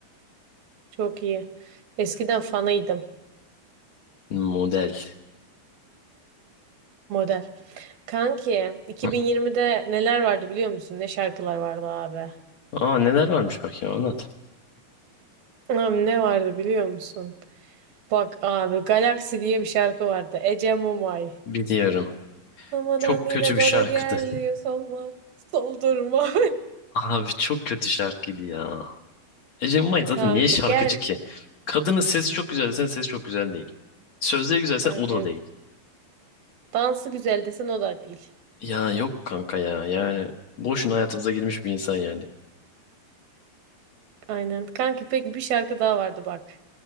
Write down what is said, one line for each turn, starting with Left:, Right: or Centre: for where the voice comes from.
Right: Çok iyi. Eskiden fanıydım.
Left: Model.
Right: Model. Kanki 2020'de
Left: <laughs>
Right: neler vardı biliyor musun? Ne şarkılar vardı abi.
Left: Aa neler varmış bak ya anlat.
Right: Abi ne vardı biliyor musun? Bak abi Galaxy diye bir şarkı vardı. Ece Mumay.
Left: Biliyorum.
Right: Mamadan
Left: Çok
Right: yine
Left: kötü bir
Right: bana
Left: şarkıdı.
Right: gel diyor solma. Soldurma.
Left: <laughs> Abi çok kötü şarkıydı ya. Ece Mumay
Right: <laughs>
Left: zaten
Right: Kanka
Left: niye şarkıcı
Right: gel.
Left: ki? Kadının sesi çok güzel desen sesi çok güzel değil. Sözleri güzelse
Right: Kanka
Left: o da
Right: yok.
Left: değil.
Right: Dansı güzel desen o da değil.
Left: Ya yok kanka ya yani. Boşuna hayatımıza girmiş bir insan yani.
Right: Aynen. Kanki peki bir şarkı daha vardı bak.